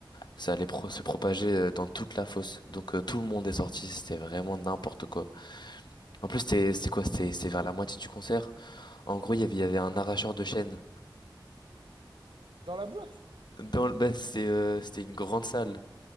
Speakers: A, on the left (about 60°); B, on the right (about 80°).
A: ça allait pro- se propager euh, dans toute la fosse. Donc euh, tout le monde est sorti, c'était vraiment n'importe quoi. En plus, c'était c'était quoi? C'était c'était vers la moitié du concert. En gros, il y avait, il y avait un arracheur de chaînes.
B: Dans la boîte?
A: Dans le, bah, c'est, euh, c'était une grande salle.